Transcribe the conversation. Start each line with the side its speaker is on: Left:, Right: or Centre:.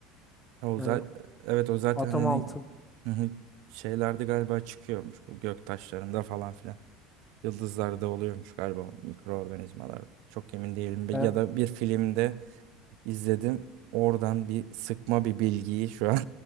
Right: o
Left: Yani
Right: zaten evet o zaten
Left: atom
Right: hani
Left: altı.
Right: <laughs> şeylerde galiba çıkıyormuş bu göktaşlarında falan filan. Yıldızlarda oluyormuş galiba mikroorganizmalar. Çok emin değilim. Bir-
Left: Ben...
Right: Ya da bir filmde izledim. Oradan bir sıkma bir bilgiyi şu an